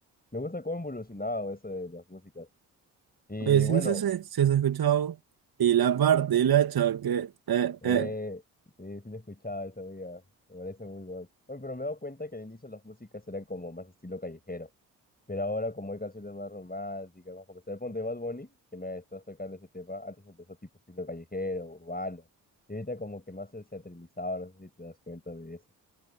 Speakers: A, on the left; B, on the right.
A: Me gusta cómo ha evolucionado eso de las músicas.
B: <laughs>
A: Y
B: Oye, si
A: bueno,
B: no sé si, si has escuchado. Y la parte, y la choque, eh,
A: Eh,
B: eh,
A: sí, sí lo escuchaba esa vida. Me parece muy bueno. Oye, pero me he dado cuenta que al inicio las músicas eran como más estilo callejero. Pero ahora como hay canciones más románticas, más comerciales. Ponte Bad Bunny, que me estás tocando ese tema. Antes empezó tipo estilo callejero, urbano. Y ahorita como que más se se ha trilizado, no sé si te das cuenta de eso.